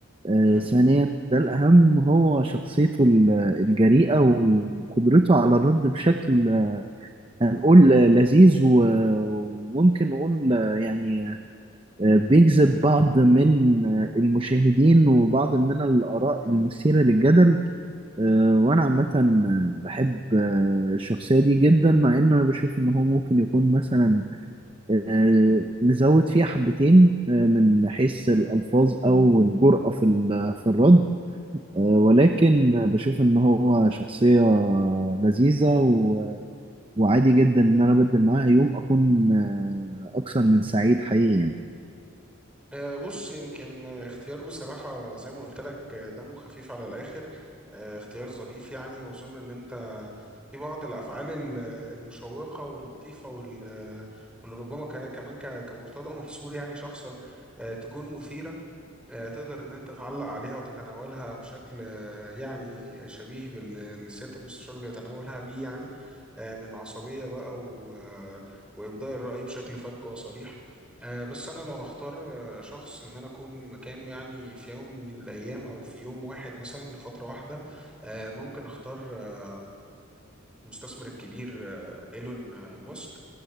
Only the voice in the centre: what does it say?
مهم.
آه، بص يمكن آه، اختيار بصراحة زي ما قلت لك آه، دمه خفيف على الآخر آه، اختيار ظريف يعني وأظن إن أنت في بعض الأفعال ال- آه، المشوقة واللطيفة وال- آه، واللي ربما ك- كمان ك- كمرتضى <laughs> منصور يعني شخصا آه، تكون مثيرة آه، تقدر ان انت تعلق عليها وتتناولها بشكل آه، يعني شبيه بالسيادة المستشار بيتناولها بيه يعني آه، من عصبية بقى و- آه، وإبداء الرأي بشكل فج وصريح آه، بس أنا لو هختار آه، شخص إن أنا أكون مكانه يعني في يوم من الأيام أو في يوم واحد مثلا لفترة واحدة آه، ممكن أختار آه، المستثمر الكبير آه، إيلون آه، ماسك